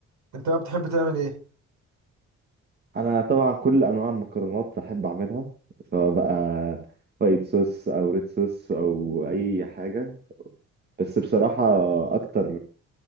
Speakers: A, on the right; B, on the right.
A: انت بقى بتحب تعمل ايه
B: أنا طبعا كل أنواع المكرونات بحب أعملها سواء بقى وايت صوص أو ريد صوص أو أي حاجة بس بصراحة أكتر